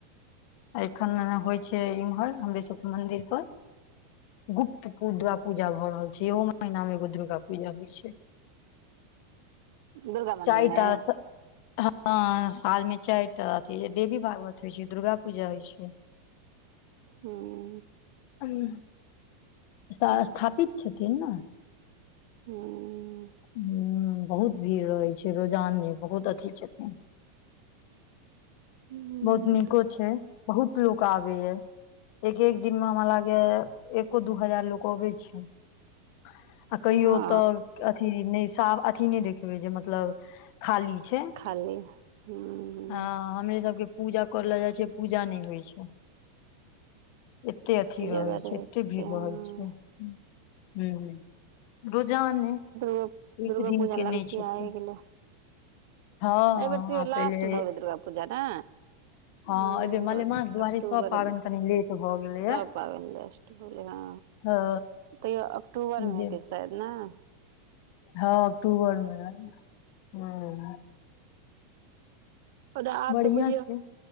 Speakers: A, on the left; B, on the right.
A: एखन नैहे होइ छै इम्हर हमरे सबके मंदिर पर गुप्त पुद्रा पूजा भऽ रहल छै इहो महीना मे एगो दुर्गा पूजा होइ छै।
B: दुर्गा
A: चैय
B: मन्दिरमे
A: टा स ह हँ सालमे चाइर टा अथि देवी भाग्वत होइ छै दुर्गा पूजा होइ छै।
B: हूँम
A: हूं त स्थापित छथिन।
B: हूँ।
A: हूं बहुत भीड़ रहैत छै रोजाने बहुत अथी छथिन।
B: हूँ
A: बहुत नीको छै बहुत लोक आबैए। एक एक दिन मे हमरा लागैए एको दू हजार लोक अबै छै। आ कहियो
B: हँ
A: तऽ अथी नय साब अथी नहि देखबै जे मतलब खाली छै।
B: खाली हूँ हूँ
A: ह हमरे सबके पूजा करलै जाइ छिएइ पूजा नहि होइ छै। एत्ते अथी रहै
B: जादा
A: छै, एते भीड़
B: दुर्गा
A: रहैत छै ह्म। रोजाने
B: आब
A: एक
B: दुर्गा
A: दिन
B: पूजा
A: के
B: लगचियाए
A: नहि छथिन
B: गेले।
A: हँ
B: अएबेर तैयो
A: आ
B: लास्ट
A: पहिले
B: भगेल दुर्गा पूजा ने।
A: हँ
B: नवम्बर
A: एहिबेर मलेमास दुआरे
B: अक्टूबरमे
A: सब पाबनि कनि लेट भऽ गेलैया
B: सब पाबैन एलइ हँ
A: हँ
B: तैयो अक्टूबरमे
A: ई जे
B: हेतै शायद नअ
A: हँ अक्टूबर मे हुं
B: ओना आब
A: बढ़िया
B: त बुझियौ
A: छै